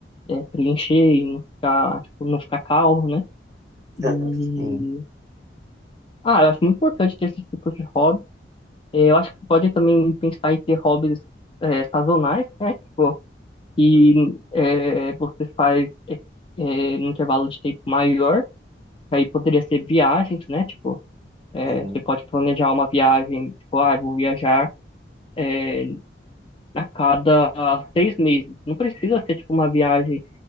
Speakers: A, on the left (about 30°); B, on the right (about 20°).
A: é, preencher e não ficar, tipo, não ficar calvo, né? E...
B: <laughs> Sim,
A: Ah, eu acho muito importante ter esse tipo de hobby. É, eu acho que pode também pensar em ter hobbies é, sazonais, né? Tipo, e é, você faz é, é, no intervalo de tempo maior, aí poderia ser viagens, né? Tipo, é,
B: sim,
A: você pode planejar uma viagem, tipo, ah, eu vou viajar é, a cada seis meses. Não precisa ser, tipo, uma viagem